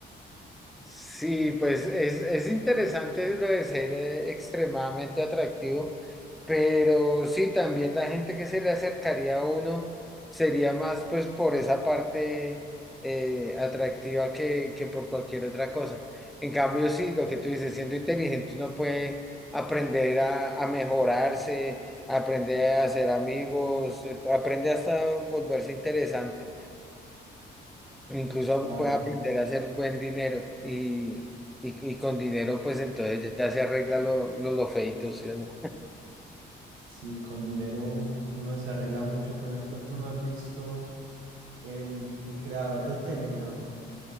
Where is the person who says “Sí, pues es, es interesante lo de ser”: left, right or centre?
Centre